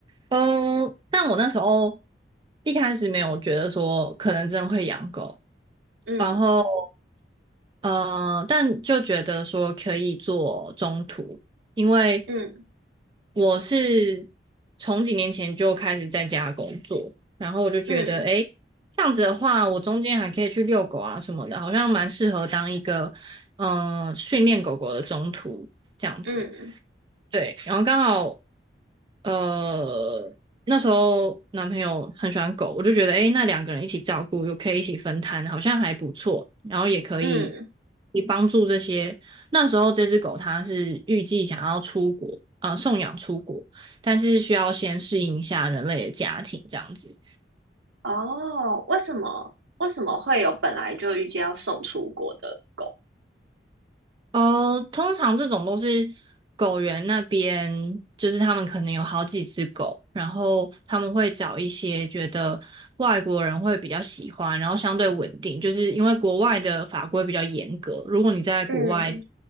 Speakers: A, on the right; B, on the right.
A: 嗯，但我那时候一开始没有觉得说可能真的会养狗。
B: 嗯
A: 然后。呃，但就觉得说可以做中途，因为
B: 嗯
A: 我是从几年前就开始在家工作，然后我就觉得，
B: 嗯
A: 诶，这样子的话，我中间还可以去遛狗啊什么的，好像蛮适合当一个嗯、呃训练狗狗的中途这样子。
B: 嗯
A: 对，然后刚好。呃，那时候男朋友很喜欢狗，我就觉得，诶，那两个人一起照顾，又可以一起分摊，好像还不错。然后也可以，
B: 嗯，
A: 也帮助这些。那时候这只狗它是预计想要出国，呃，送养出国，但是需要先适应一下人类的家庭这样子。
B: 哦，为什么为什么会有本来就预计要送出国的狗？
A: 哦，通常这种都是狗园那边，就是他们可能有好几只狗，然后他们会找一些觉得外国人会比较喜欢，然后相对稳定，就是因为国外的法规比较严格，如果你在国外
B: 嗯